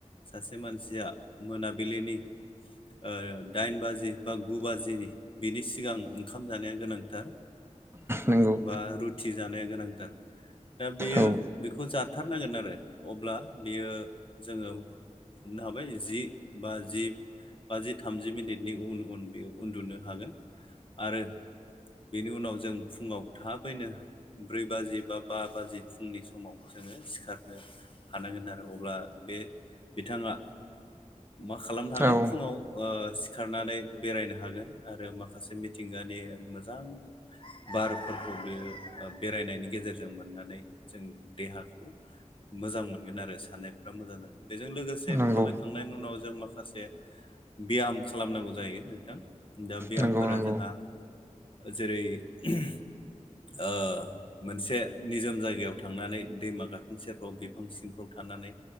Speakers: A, on the left (about 45°); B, on the right (about 20°).
A: सासे मानसिया मोनाबिलिनि। ओ दाइन बाजि बा गु बाजिनि बिनि सिगां ओंखाम जानाया गोनांथि। दा
B: नंगौ
A: बा रुथि जानाया गोनांथार। दा बेयो
B: औ
A: बेखौ जाथारनांगोन आरो अब्ला बेयो जोङो। हमनो हाबाय जि बा जि। बाजि, थामजि मिनिटनि उन-उन बेयो उन्दुनो हागोन आरो। बेनि उनाव जों फुङाव थाबैनो ब्रै बाजि बा-बा बाजि। फुंनि समाव जोङो सिखारनो। हानांगोन आरो अब्ला बे बिथाङा मा खालामनो हागोन।
B: औ
A: फुङाव सिखारनानै बेरायनो हागोन आरो माखासे मिथिंगानि मोजां। बारफोरखौ बियो बेरायनायनि गेजेरजों मोननानै जों देहाखौ। मोजां मोनगोन आरो साननायफ्रा मोजां जागोन बेजों लोगोसे
B: नंगौ
A: थाबायखांनायनि उनाव जों माखासे। ब्याम खालामनांगौ जायो नोंथां दा ब्यामफोरा
B: नंगौ नंगौ
A: जोंहा। जेरै ओ। मोनसे निजोम जायगायाव थांनानै दैमा गाथोन सेरफ्राव, बिफां सिंफ्राव थानानै।